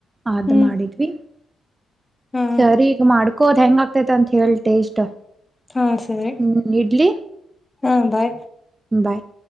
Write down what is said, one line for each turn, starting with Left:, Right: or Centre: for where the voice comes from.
Right: ಅದು
Left: ಹ್ಮ್
Right: ಮಾಡಿದ್ವಿ
Left: ಹಾ
Right: ಸರಿ ಈಗ ಮಾಡ್ಕೋದ್ ಹೆಂಗ ಆಗ್ತೇತಿ ಅಂತ ಹೇಳ್ತೆ ಡೇಟ್
Left: ಹಾ ಸರಿ
Right: ಹ್ಮ್ ಇಡ್ಲಿ
Left: ಹಾ ಬಾಯ್
Right: ಬಾಯ್